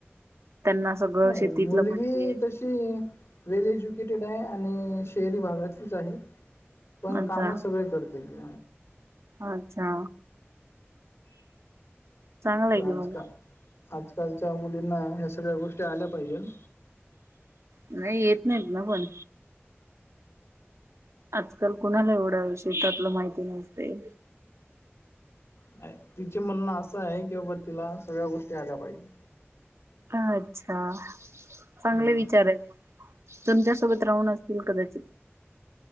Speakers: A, on the right; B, on the left.
A: त्यांना सगळं
B: नाही,
A: शेतीतलं
B: मुलगी
A: माहिती आहे
B: तशी ती वेल एज्युकेटेड आहे, आणि शहरी भागातलीच आहे. पण
A: अच्छा
B: काम सगळे करते ती
A: अच्छा चांगलं
B: तर
A: आहे
B: आज
A: की मग
B: का आजकालच्या मुलींना ह्या सगळ्या गोष्टी आल्या पाहिजे ना
A: नाही येत नाहीत ना पण आजकाल कुणाला एवढ्या विषय त्यातलं माहिती नसते
B: नाही तिचे म्हणणं असं आहे, की बाबा तिला सगळ्या गोष्टी आल्या पाहिजे.
A: आच्छा चांगले
B: हम्म
A: विचार आहेत म- तुमच्यासोबत राहून असतील कदाचित.